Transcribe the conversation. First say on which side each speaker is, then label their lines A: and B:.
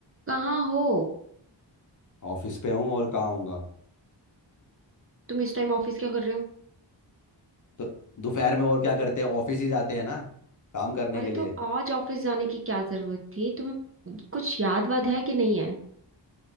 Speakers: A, on the right (about 30°); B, on the left (about 45°).
A: कहाँ हो
B: Office पे हूँ और कहाँ हूँगा
A: तुम इस टाइम ऑफिस क्या कर रहे हो
B: तो दोपहर में और क्या करते हैं ऑफिस ही जाते हैं ना काम करने
A: अरे
B: के लिए
A: तो आज ऑफिस जाने की क्या जरूरत थी तुम्हें कुछ याद वाद है कि नहीं है